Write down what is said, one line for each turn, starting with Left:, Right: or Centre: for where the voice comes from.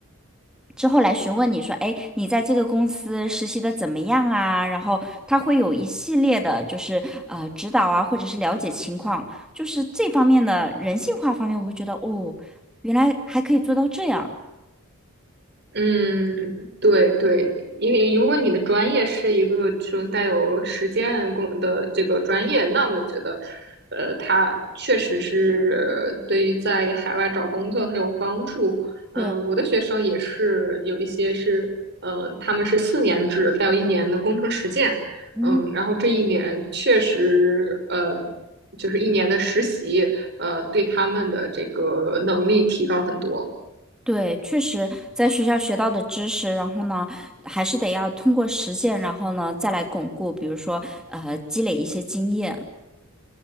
Centre: 之后来询问你说，哎，你在这个公司实习的怎么样啊？然后他会有一系列的，就是呃指导啊，或者是了解情况，就是这方面的人性化方面，我会觉得哦，原来还可以做到这样。
Right: 嗯，对对，因为如果你的专业是一个这种带有实践工的这个专业，那我觉得，呃，它确实是对于在海外找工作很有帮助。嗯，
Centre: 对，
Right: 我的学生也是有一些是，嗯、他们是四年制，再有一年的工程实践。
Centre: 嗯，
Right: 嗯，然后这一年确实，呃，就是一年的实习，呃，对他们的这个能力提高很多。
Centre: 对，确实在学校学到的知识，然后呢，还是得要通过实践，然后呢再来巩固，比如说呃积累一些经验。